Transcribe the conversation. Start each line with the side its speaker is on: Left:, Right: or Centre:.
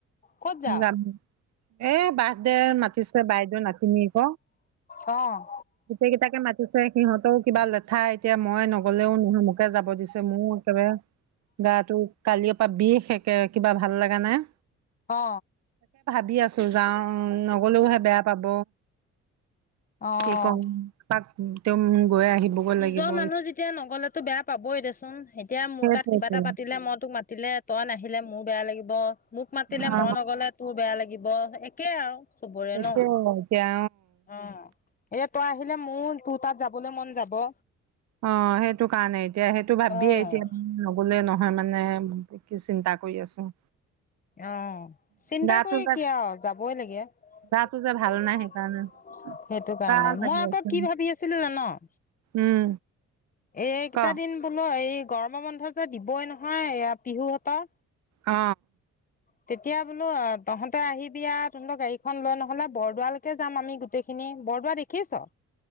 Left: ক'ত যাওঁ
Right: <unintelligible> এ বাৰ্থ ডে মাতিছে বাইদেউ নাতিনীয়েক,
Left: অ'
Right: গোটেই কেইটাকে মাতিছে সিহঁতও কিবা লেঠা এতিয়া মই নগলেও মোকে যাব দিছে মোৰ একেবাৰে গাটো কালিৰ পৰা বিষ একে কিবা ভাল লাগা নাই।
Left: অ।
Right: বি আছো যাওঁ নগলেওহে বেয়া পাব।
Left: অ'
Right: কি কম তাক <unintelligible>
Left: নিজৰ
Right: লাগিব
Left: মানুহ যেতিয়া নগলেতো বেয়া পাবই দেচোন। এতিয়া মোৰ
Right: সেইটোৱেতো
Left: তাত কিবা এটা পাতিলে মই তোক মাতিলে তই নাহিলে মোৰ বেয়া লাগিব। মোক মাতিলে
Right: অ
Left: মই নগলে তোৰ বেয়া লাগিব ব একে আৰু চবৰে
Right: সেইটোৱে
Left: ন'
Right: এতিয়া
Left: অ, এ তই আহিলে মোৰ তোৰ তাত যাবলৈ মন যা- ব
Right: অ, সেইটো কাৰণে এতিয়া সেইটো ভাবিয়ে
Left: অ',
Right: এতিয়া <unintelligible> নগলে নহ <unintelligible> মানে <unintelligible> চিন্তা কৰি আছো।
Left: অ, চিন্তা
Right: গাটো
Left: কৰি
Right: যে
Left: কি আৰু যাবই লাগে
Right: গাটো যে ভাল
Left: সেইটো
Right: নাই সেইকাৰণে কিবা
Left: কাৰণে
Right: লাগি
Left: মই আকৌ
Right: আছে
Left: কি ভাবি আছিলো জান এই
Right: উম
Left: কেইটা
Right: ক
Left: দিন বোলো এই গৰম বন্ধ যে দিবই নহয় এয়া পিহুহতৰ
Right: অ
Left: তেতিয়া বোলো তহঁতে আহিবি আ তহঁতৰ গাড়ীখন লয় নহলে বৰদোৱালৈকে যাম আমি গোটেইখিনি বৰদোৱা দেখিছ